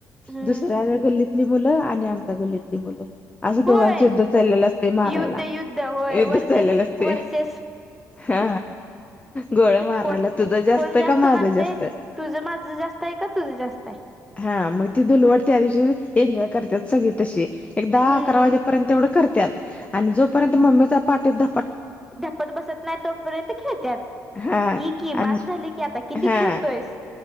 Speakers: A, in the centre; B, on the left.
A: हम्म
B: दुसऱ्या गल्ली ली मुलं आणि आमच्या गल्लीतली मुलं असं दोघांचं
A: होय
B: युद्ध चाललेलं असते मारायला
A: युद्ध युद्ध होय
B: युद्ध
A: वर्सेस
B: चाललेल असते
A: वर्सेस
B: हा गोळ मारायला
A: कोण
B: तुझं जास्त
A: कोण
B: का माझं
A: मारतय
B: जास्त आहे
A: तुझं माझं जास्त आहे का तुझं जास्त आहे
B: हा मग ती दुलवट त्या दिवशी एन्जॉय करतात सगळी तशी एक दहा
A: हम्म
B: अकरा वाजेपर्यंत तेवढं करतात आणि जोपर्यंत मम्मीचा पाठी ध
A: धप्पत बसत नाही तोपर्यंत खेळतत
B: हा
A: ह कि
B: आणि
A: बस झाली की आता किती
B: हा
A: खेळतोयस